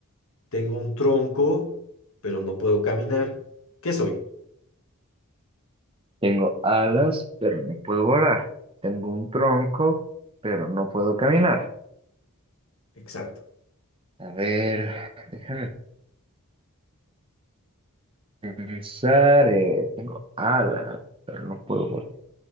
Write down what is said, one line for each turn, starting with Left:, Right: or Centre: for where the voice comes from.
Left: Tengo un tronco, pero no puedo caminar. ¿Qué soy?
Right: Tengo alas, pero no puedo volar. Tengo un tronco, pero no puedo caminar.
Left: Exacto,
Right: A ver, déjame pensar. eh, tengo alas, pero no puedo volar.